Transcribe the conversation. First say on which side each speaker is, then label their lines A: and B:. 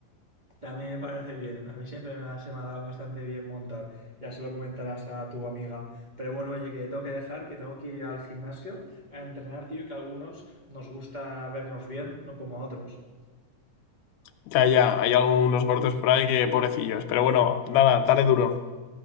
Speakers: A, on the right (about 35°); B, on the left (about 90°).
A: También me parece bien. A mí siempre me ha, se me ha dado bastante bien montar. Ya se lo comentarás a tu amiga. Pero bueno, oye, que te tengo que dejar, que tengo que ir al gimnasio a entrenar, tío, y que a algunos nos gusta vernos bien, no como a otros.
B: Ya, ya, hay algunos cortes por ahí que pobrecillos. Pero bueno, nada, dale duro.